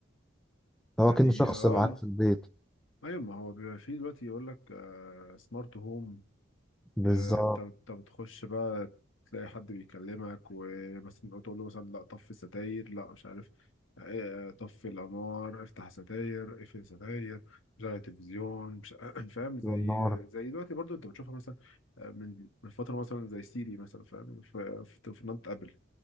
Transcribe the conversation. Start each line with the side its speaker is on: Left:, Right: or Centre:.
Left: يعني
Centre: هو كأنه شخص
Left: اه
Centre: معاك
Left: ال-
Centre: في البيت
Left: ايوه ما هو بيبقى فيه دلوقتي يقول لك سمارت هوم
Centre: بالظبط
Left: يا انت انت بتخش بقى تلاقي حد بيكلمك ومثلا تقول له مثلا لا طفي الستاير لا مش عارف ايه، اه، طفي الانوار افتح ستاير اقفل ستاير شغل التلفزيون مش <clears throat> فاهم زي
Centre: والنار
Left: زي دلوقتي برضو انت بتشوفها مثلا اه، من من فتره مثلا زي سيري مثلا فاهم في في تليفونات ابل